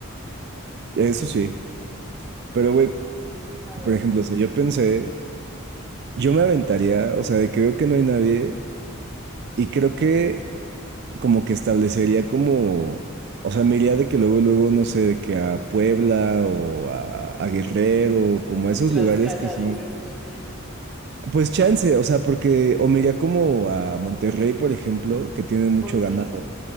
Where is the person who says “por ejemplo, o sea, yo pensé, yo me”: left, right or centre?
Right